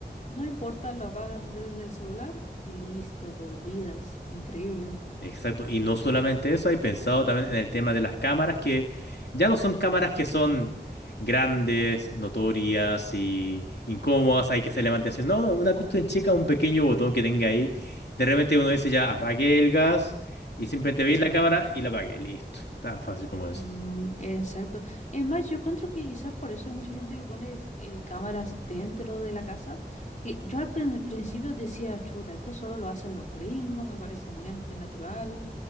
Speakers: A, on the left; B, on the left.
A: No importa, lo apagas desde el celular y listo, te olvidas. Increíble.
B: Exacto, y no solamente eso, hay pensado también en el tema de las cámaras, que ya no son cámaras que son grandes, notorias y incómodas, hay que hacerle mantención. No, no, una cuestión chica, un pequeño botón que tenga ahí. De repente uno dice ya apagué el gas y simplemente veis
A: Se
B: la
A: va.
B: cámara y la apagué, listo. Tan fácil como
A: Mm,
B: eso.
A: exacto. Es más, yo encuentro que quizás por eso hay mucha gente que pone eh, cámaras dentro de la casa, que yo al prin- principio decía, chuta, esto solo lo hacen los gringos, me parece muy antinatural.